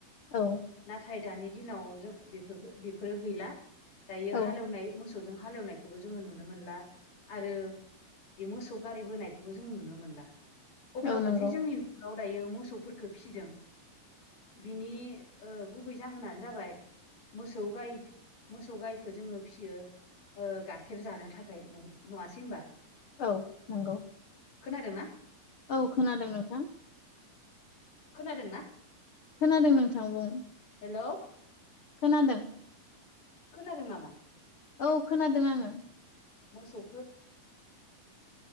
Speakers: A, on the left; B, on the left.
A: औ
B: नाथाय दानि दिनाव जों बेफोरखो बेफोरो गैला दायो
A: औ
B: हालेवनाय मोसौजों हालेवनायखौबो जोङो नुनो मोनला आरो बे मोसौ गारि बोनायखौबो जों नुनो मोनला अब्लाबो
A: औ नंगौ
B: जे जोंनि आव दायो मोसौफोरखो फिदों बिनि ओ गुबै जाहोनानो जाबाय मोसौ गाय मोसौ गायखो जोङो फियो ओ गाखेर जानो थाखाय न नुवासै होमबा
A: औ नोंगौ
B: खोनादों ना?
A: औ खोनादों नोंथां।
B: खोनादोंना?
A: खोनादों नोंथां बुं।
B: हेल'
A: खोनादों?
B: खोनादों नामा?
A: औ खोनादों आङो
B: मोसौ